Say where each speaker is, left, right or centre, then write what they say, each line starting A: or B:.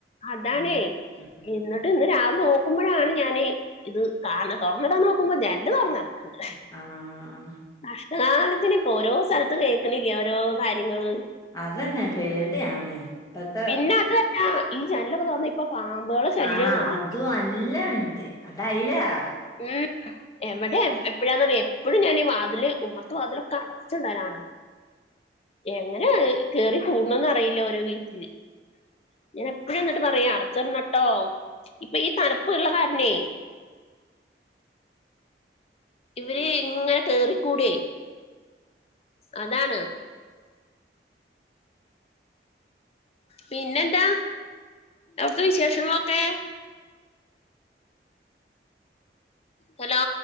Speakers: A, on the left; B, on the left.
A: അതാണേ.
B: ഉം ഉം
A: എന്നിട്ട് ഇന്ന് രാവിലെ- നോക്കുമ്പോഴാണ് ഞാന് ഇത് കാണ. തുറന്നിടാൻ നോക്കുമ്പോൾ ഞാൻ- ജനല് തുറന്നു കടക്കുന്നുണ്ട്.
B: ആഹ...
A: കഷ്ടകാലത്തിന് ഇപ്പോ ഓരോ സ്ഥലത്ത കേൾക്കണില്ലേ ഓരോ കാര്യങ്ങള്.
B: അതന്നെ പേടിയാണ്. ഇപ്പത്തെ
A: പിന്നെ അതല്ല ഈ ചാനലൊക്കെ തോന്ന. ഇപ്പോ പാമ്പുകള് ശല്യംല്ല.
B: ആഹ് അതും അല്ല ഉണ്ട് അത അതില ആറെ.
A: ഏ. എവിടെ എപ്പോഴാന്ന് പറ എപ്പോഴും ഞാൻ ഈ വാതില് ഉമർത്ത് വാതിലൊക്കെ അടച്ചിടലാണ്. എങ്ങനാ കേറി കൂടണന്ന് അറിയില്ല ഓരോ വീട്ടില്. ഞാൻ എപ്പഴും എന്നിട്ട് പറയാ, അടച്ചിറിഞ്ഞട്ടോ ഇപ്പോ ഈ തനുപ്പ ഉള്ള കാരനേ. ഇവര് ഇങ്ങനെ കേറിക്കൂട അതാണ്. പിന്നെന്താ അവിടുത്തെ വിശേഷങ്ങളൊക്കെ? ഹലോ...